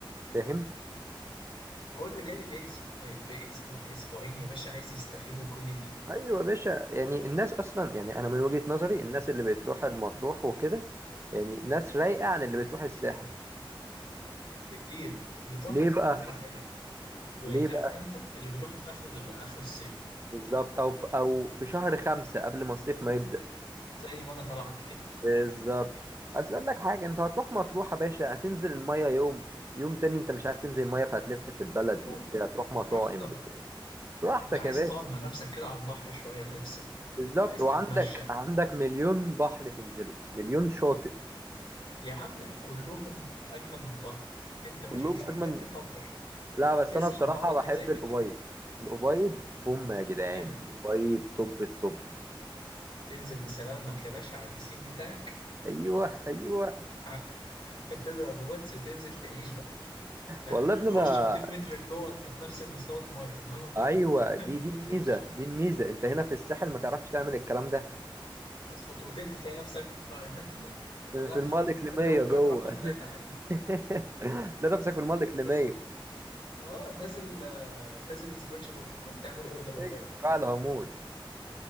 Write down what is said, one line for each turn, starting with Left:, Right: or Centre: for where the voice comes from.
Right: فاهم
Left: هو اللي جاي جاي صايب جاي اسبوع اسبوعين يا باشا عايز يستغل كل دقيقه
Right: ايوه يا باشا يعني الناس اصلا يعني انا من وجهة نظري الناس اللي بتروح المطروح وكده يعني ناس رايقة عن اللي بتروح الساحل
Left: بكتير بتوع
Right: ليه
Left: مطروح
Right: بقى
Left: دول عائلات وانت
Right: ليه بقى
Left: عارف امتى اللي بيروحوا في اخر ال- اخر الصيف
Right: بالظبط او في او في شهر خمسة قبل ما الصيف ما يبدأ
Left: زي ما انا طلعت كده
Right: بالظبط عايز اقول لك حاجة انت هتروح مطروح يا باشا هتنزل المية يوم يوم تاني انت مش عايز تنزل المية فهتلف في البلد
Left: اه
Right: وبتاع تروح مطاعم
Left: راحتك
Right: بتاع براحتك
Left: بقى عايز
Right: يا باشا
Left: تقعد مع نفسك كده على البحر شويه تفصل
Right: بالظبط
Left: عايز
Right: وعندك
Left: تتمشى
Right: عندك مليون بحر تنزله مليون شاطئ
Left: يا عم كلهم اجمد من بعض انت مش
Right: كلهم
Left: مش محتاج
Right: اجمل
Left: تفكر
Right: لا بس
Left: اسحب
Right: انا بصراحة
Left: بعضك
Right: بحب
Left: زي ما
Right: الأبيض
Left: تيجي
Right: الأبيض بوم يا جدعان
Left: جامد
Right: الأبيض توب التوب
Left: تنزل بسلامك يا باشا على البسين بتاعك
Right: ايوه ايوه
Left: <laughs> تضرب غطس وتنزل تعيش بقى <laughs>
Right: والله يا ابني
Left: خش
Right: انا
Left: 200 متر لجوه انت في نفس المستوى الميه الميه ما بت-
Right: ايوه
Left: ما بت-
Right: دي
Left: <laughs> ما بتنزلش
Right: دي الميزه دي الميزه انت هنا في الساحل ما تعرفش تعمل الكلام ده
Left: خطوتين هتلاقي نفسك <laughs>
Right: في
Left: الله
Right: في
Left: يرحمه
Right: الميه الاقليميه
Left: <laughs> توفى
Right: جوه
Left: الى رحمه الله تعالى
Right: <laughs> تلاقي نفسك في الميه الاقليميه
Left: نازل اه نازل آه، نازل سبونج بوب <laughs> تعمل اوردر
Right: فين
Left: وتقعد
Right: قاع الهامور